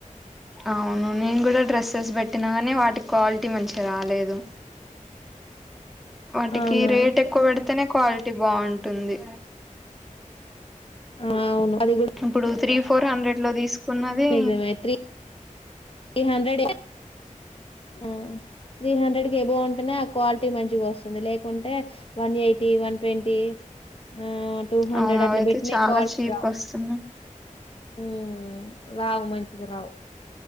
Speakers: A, in the centre; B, on the left.
A: అవును నేను కూడా డ్రెస్సెస్ పెట్టినా కానీ వాటికి క్వాలిటీ మంచి రాలేదు వాటికి
B: అవునా
A: రేట్ ఎక్కువ పెడితేనే క్వాలిటీ బాగుంటుంది
B: ఆ అవును అది కూడా
A: ఇప్పుడు త్రీ ఫోర్ హండ్రెడ్ లో తీసుకున్నది
B: నిజమే త్రీ త్రీ హండ్రెడ్ ఆ త్రీ హండ్రెడ్ క ఏ బాగుంటేనే ఆ క్వాలిటీ మంచిగా వస్తుంది లేకుంటే వన్ ఎయిటీ వన్ ట్వంటీ ఆ టూ హండ్రెడ్
A: అవును
B: అట్లా
A: అవయితే
B: పెట్టిన
A: చాలా
B: కాల్
A: చీప్
B: అవు
A: వస్తున్నాయి
B: ఉ రావు మంచిగా రావు